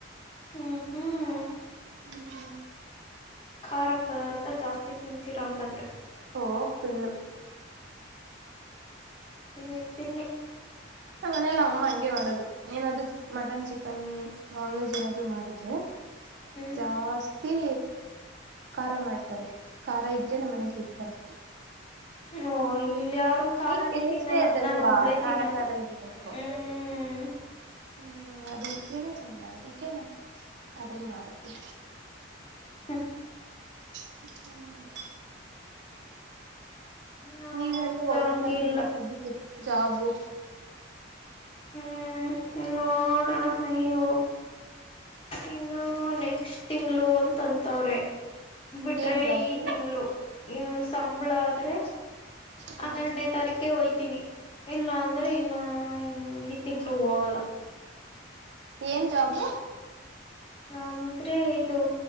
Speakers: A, on the left; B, on the right.
A: ಹ್ಮ್ ಹ್ಮ್
B: ಹ್ಮ
A: ಖಾರ ಪದಾರ್ಥ ಜಾಸ್ತಿ ತಿಂತೀರೋ ಹಂಗಾದ್ರೆ
B: ಓ ಪುಲ್ಲು
A: ತಿ ತಿನ್ನಿ
B: ನ ಮನೇಲ್ಲಮ್ಮ ಹಗೆ ಮಾಡೋದು ಏನಾದೂ ಮಟನ್ ಚಿಕನ್ ನಾನ್ ವೆಜ್ ಏನದು ಮಾಡಿದ್ರೆ
A: ಹ್ಮ್
B: ಜಾಸ್ತಿ ಖಾರ ಮಾಡ್ತಾರೆ ಖಾರ ಇದ್ರೆ ನಮ್ಮ ಮನೇಲಿ ತಿನ್ತಾರೆ
A: ಹ ಇಲ್ಲ ಯಾರು ಕಾರನೇ
B: ಟೇಸ್ಟೇ
A: ತಿನ್ನಲ್ಲ
B: ಅದಲ್ವಾ
A: ನಾನು ಒಬ್ಬಳೇ
B: ಖಾರ
A: ತಿನ್ನೋದು
B: ಖಾರ ಇರ್ಬೇಕು.
A: ಹ್ಮ್
B: ಹ್ಮ್ ಅದು ಇತೇನೆ ಚಂದ ಅದಕ್ಕೆ ಅದೇ ಮಾಡುತ್ತೆ
A: ಹ
B: ಹ್ಮ್
A: ನಮ್ಗಂಗಿಲ್ಲ
B: ನೀವೆಲ್ಲ ಹೋಗ ಪ್ಲಾನ್ ಇಲ್ವಾ ಸದ್ಯಕ್ಕೆ ಜಾಬು
A: ಹ್ಮ್ ನೋಡೋಣ ಅಯ್ಯೋ ಇನ್ನು ನೆಕ್ಸ್ಟ್ ತಿಂಗ್ಳ ಅಂತಂತವ್ರೆ ಬಿಟ್ರೆ
B: ಏನ್ ಜಾಬು?
A: ಈ ತಿಂಗಳು ಸಾಬಳ ಆದ್ರೆ
B: ಹಾ
A: ಹನ್ನೆರಡನೇ ತಾರೀಕೇ ಹಯ್ತೀನಿ ಇಲ್ಲ ಅಂದ್ರೆ ಇನ್ನು <inaudible> ತಿಂಗಳು ಹ
B: ಏನ್ ಜಾಬು
A: ಅಂದ್ರೆ ಇದು